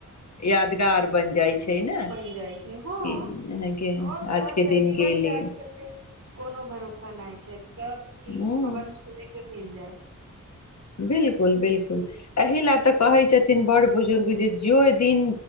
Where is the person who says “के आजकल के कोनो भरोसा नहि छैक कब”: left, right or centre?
Right